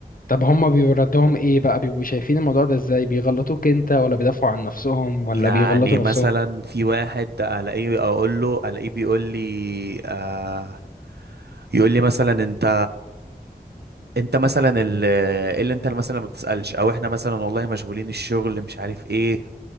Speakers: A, on the left (about 60°); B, on the right (about 80°).
A: طب هما بيبقوا ردهم ايه بقى بيبقوا شايفين الموضوع ده ازاي بيغلطوك انت ولا بيدافعوا عن نفسهم ولا
B: يعني
A: بيغلطوا
B: مثلا
A: نفسهم
B: في واحد الاقيه اقول له الاقيه بيقول لي آه يقول لي مثلا انت انت مثلا ال- إيه اللي انت مثلا ما بتسألش او احنا مثلا والله مشغولين الشغل مش عارف ايه